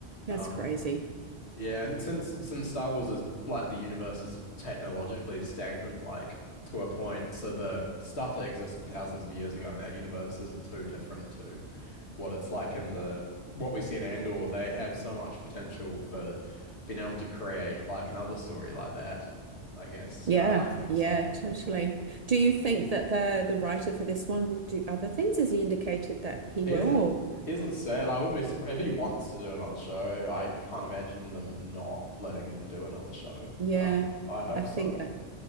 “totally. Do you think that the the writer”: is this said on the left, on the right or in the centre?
Right